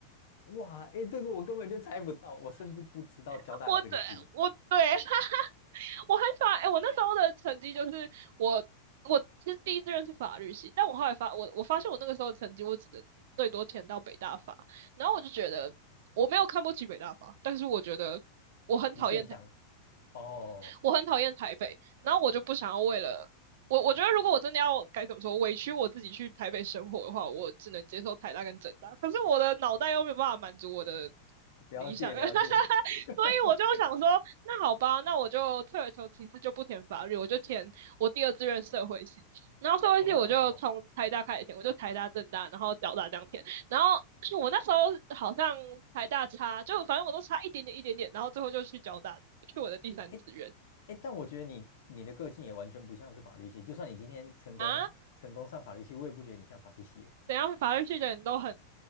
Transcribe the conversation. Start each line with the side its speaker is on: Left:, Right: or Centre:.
Left: 哇，哎，这个我根本就猜不到，我甚至不知道交大有这个系，
Right: <laughs> 我对我对，<laughs> 我还发，哎、欸我那时候的成绩就是我，我其实第一志愿是法律系，但我后来发，我我发现我那个时候的成绩，我只能最多填到北大法，然后我就觉得我没有看不起北大法，但是我觉得我很讨厌他。
Left: 你更想，哦，
Right: 我很讨厌台北，然后我就不想要为了我，我觉得如果我真的要该怎么说委屈我自己去台北生活的话，我只能接受台大跟政大，可是我的脑袋又没有办法满足我的
Left: 了解了解，
Right: 理想，<laughs> 所以我就想说，
Left: <laughs>
Right: 那好吧，那我就退而求其次，就不填法律，我就填我第二志愿社会系，然后社会系我就从台大开始填，
Left: 哦。
Right: 我就台大、政大，然后交大这样填，然后 <clears throat>。我那时候好像台大差，就反正我都差一点点一点点，然后最后就去交大，去我的第三志愿。
Left: 哎，哎，但我觉得你你的个性也完全不像是法律系，就算你今天成功成功上法律系，
Right: 啊，
Left: 我也不觉得你像法律系耶
Right: 等一下法律系的人都很